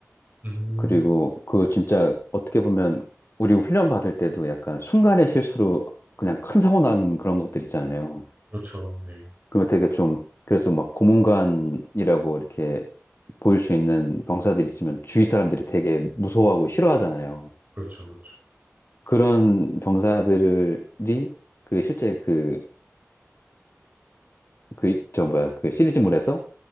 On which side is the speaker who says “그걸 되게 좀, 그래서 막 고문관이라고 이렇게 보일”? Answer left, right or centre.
Left